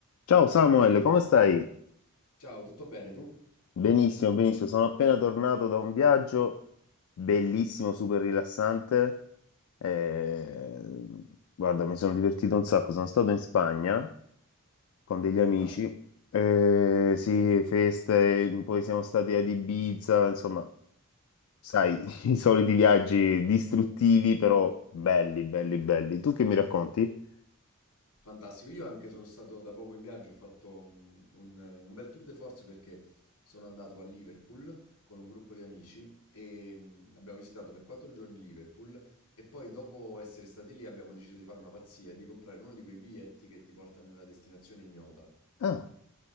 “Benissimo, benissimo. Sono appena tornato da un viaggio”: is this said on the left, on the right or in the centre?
Left